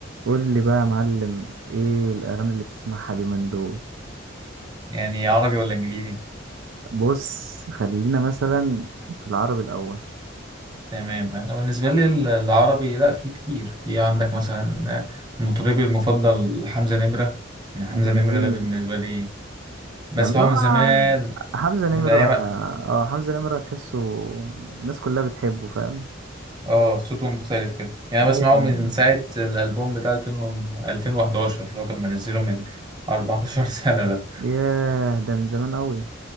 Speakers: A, on the right (about 80°); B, on the right (about 20°).
A: قول لي بقى يا معلم ايه الاغاني اللي بتسمعها اليومين دول
B: يعني عربي ولا انجليزي
A: بص خلينا مثلا في العربي الاول
B: تمام انا بالنسبه لي ال- العربي لا في كتير في عندك مثلا مطربي المفضل حمزه نمره يعني
A: جميل
B: حمزه نمره ده بالنسبه لي بسمعه
A: جميل آه،
B: من زمان
A: حمزة نمرة
B: من ايام
A: اه حمزة نمرة تحسه الناس كلها بتحبه فاهم
B: اه صوته مختلف كده يعني أنا
A: ايوه
B: بسمعه من ساعه الالبوم بتاع 2000 و- 2011 اللي هو كان منزله من 14 <laughs> سنه ده
A: ياه ده من زمان قوي